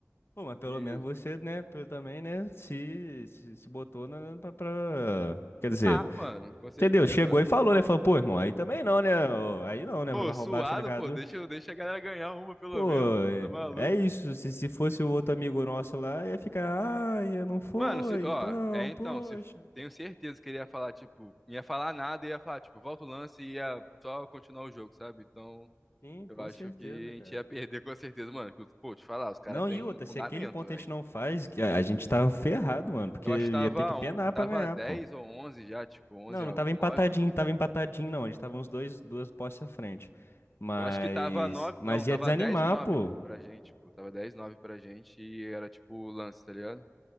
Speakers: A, on the left; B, in the centre.
A: Pô, mas pelo
B: E...
A: menos você, né, pelo- também, né, se, se, se botou na, na- pra, pra- Quer dizer,
B: Ah, mano, com certeza.
A: entendeu? Chegou e falou, né? Falou, pô, irmão, aí também não, né? ô, Aí não, né?
B: Pô,
A: Vai vai
B: suado,
A: roubar assim na casa
B: pô,
A: do...
B: deixa, eu- deixa a galera ganhar uma, pelo
A: Pô,
B: menos. pô,
A: é
B: Tá maluco?
A: é isso. Se, se fosse o outro amigo nosso lá, ia ficar, ah, ia não foi,
B: Mano, se, ó,
A: então,
B: é então,
A: poxa.
B: se tenho certeza que ele ia falar, tipo, não ia falar nada, ia falar, tipo, volta o lance e ia só continuar o jogo, sabe? Então,
A: Sim,
B: eu
A: com
B: acho
A: certeza,
B: que a
A: cara.
B: gente ia perder com certeza, mano. Que, pô, te falar, os caras
A: Não,
B: têm
A: e outra,
B: um fundamento,
A: se aquele ponto
B: velho.
A: a gente não faz, que a a gente tava ferrado, mano, porque
B: Eu acho que tava,
A: ia ter que penar
B: on-
A: pra
B: tava
A: ganhar,
B: 10
A: pô.
B: ou 11 já, tipo, 11
A: Não,
B: a
A: não tava empatadinho,
B: 9.
A: tava empatadinho, não. A gente tava uns dois, duas postes à frente. Mas,
B: Eu acho que tava 9,
A: mas
B: não, tava
A: ia desanimar,
B: 10 9
A: pô.
B: pô, pra gente, pô, tava 10 9 pra gente e era tipo o lance, tá ligado?